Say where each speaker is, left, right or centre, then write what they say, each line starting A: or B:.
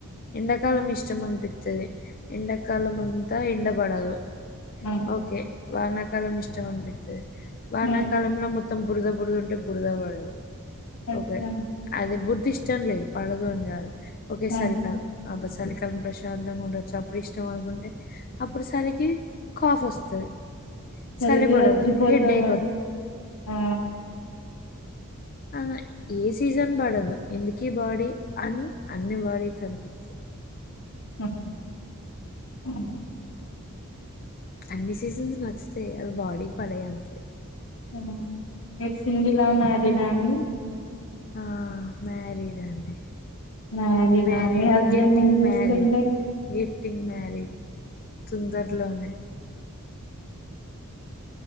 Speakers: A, on the left (about 40°); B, on the left (about 70°).
A: ఎండాకాలం ఇష్టం అనిపిస్తది ఎండాకాలం అంతా ఎండ పడదు
B: ఆ
A: ఓకే వన కాలం ఇష్టం అనిపిత్తది వానాకాలంలో
B: ఆ
A: మొత్తం బురద బురద ఉంటే బురద పడదు
B: అచ్చా
A: ఓకే అది బుడ్ ఇష్టం లేదు పడదు అని కాదు ఓకే
B: ఆ
A: సర తను ఆ బస్ చలికాల ప్రశాంతంగా ఉండొచ్చు అప్పుడు ఇష్టం అనుకుంటే అప్పుడు చలికి కాఫ్ వస్తది
B: చలికి
A: చలి పడదు
B: చచ్చిపోతామండి
A: హెడేక్
B: ఆ
A: అ ఏ సీజన్ పడదు ఎందుక బాడీ అని అన్ని బాడీ కనిపిస్తది
B: మ్మ్ హ్మ్
A: అన్ని సీజన్స్ నచ్చుతాయి అవి బాడీకి పడాయి అంతే
B: మ్మ్ మీరు సింగిల్ ఆ మ్యారీడ్ ఆ అండి
A: ఆ మ్యారిడ్ అండి
B: మ్యారిడ్
A: మ్యారీడ్
B: మీ హస్బెండ్
A: గెట్టింగ్
B: ఏం చేస్తుంటాడు
A: మ్యారీడ్ గెట్టింగ్ మ్యారెడ్ తొందరలోనే